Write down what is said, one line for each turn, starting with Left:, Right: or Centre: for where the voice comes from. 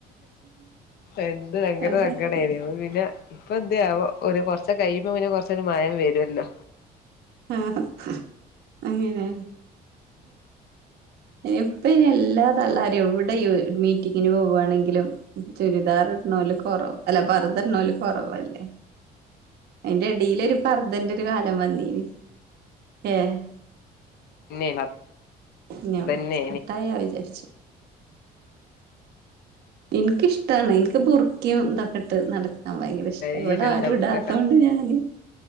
Left: എന്ത് ഭയങ്കര
Right: അത്
Left: സങ്കടെന്നു
Right: പറ്റി
Left: അപ്പ പിന്നെ ഇപ്പൊ എന്ത്യാവം ഒരു കൊറച്ച് കഴിയുമ്പോ പിന്നെ കൊറച്ച് ഒരു മയം വരുല്ലോ
Right: ആഹ് അങ്ങനെ ഇപയ്ൻ എല്ലാ തള്ളാരും എവിടെ മീറ്റി ങ്ങിന് പോവാണെങ്കിലും ചുരിദാർ ഇടണോല് കുറവ അല്ല പറ്ത ഇടനോല് കുറവല്ലേ അയിന്റെ എടീൽ ഒരു പർദന്റെ ഒരു കാലം വന്നീന് ഏഹ്. <inaudible>
Left: പിന്നേനി അതന്നേനി
Right: വിചാരിച്ചു എനിക്കിഷ്ടാണ് എനിക്ക് ബുർ ഖയും ഇതൊക്കെട്ട് നടക്കാൻ ഭയങ്കര ഇഷ്ടം
Left: ഇയ്യ്
Right: ഇവിടെ
Left: ഇടല്ണ്ടോ
Right: ആരും
Left: ബുർക്കൊക്കെ?
Right: ടാത്ത ത്തോണ്ട് ഞാന്